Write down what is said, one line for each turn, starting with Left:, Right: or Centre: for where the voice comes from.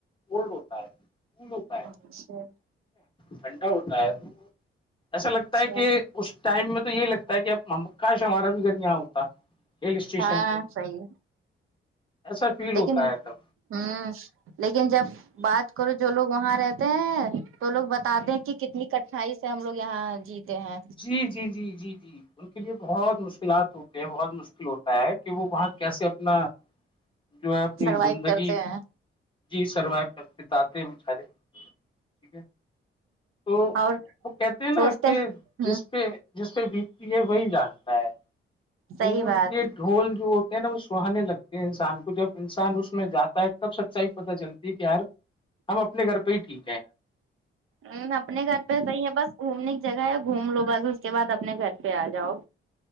Left: اولڈ ہوتا ہے ہوتا ہے ٹھیک
Right: اچھا
Left: ٹھنڈا ہوتا ہے تو ایسا لگتا
Right: اچھا
Left: ہے کہ اس ٹائم میں تو یہی لگتا ہے کہ اب ہم کاش ہمارا بھی گھر یہاں ہوتا ہل اسٹیشن
Right: ہاں
Left: پہ
Right: صحیح
Left: ایسا فیل
Right: لیکن
Left: ہوتا ہے تب
Right: ہوں لیکن جب بات کرو جو لوگ وہاں رہتے ہیں تو لوگ بتاتے ہیں کہ کتنی کٹنائی سے ہم لوگ یہاں جیتے تو ہاں
Left: جی جی جی جی جی ان کے لیے بہت مشکلات ہوتی ہیں بہت مشکل ہوتا ہے کہ وہ وہاں کیسے اپنا جو ہے اپنی
Right: سروائو
Left: زندگی
Right: کرتے ہیں
Left: جی سروائو کر کے تو آتے ہیں بیچارے ٹھیک ہے تو
Right: اور
Left: وہ کہتے ہیں نا
Right: سوچتے
Left: کہ
Right: ہ
Left: جس پہ جس پ سے بیتتی ہے وہی جانتا ہے
Right: صحیح
Left: دور
Right: بات
Left: کے ڈھول جو ہوتے ہیں نا وہ سہانے لگتے ہیں انسان کو جب انسان اس میں جاتا ہے تب سچائی پتہ چلتی ہے کہ یار ہم اپنے گھرہ ہی ٹیک
Right: ا اپنے گھر پہ صح ہے بس گھومنے کی جگہ ہے گھوم لو بس اس کے بعد اپنے گھر پہ آ جاؤ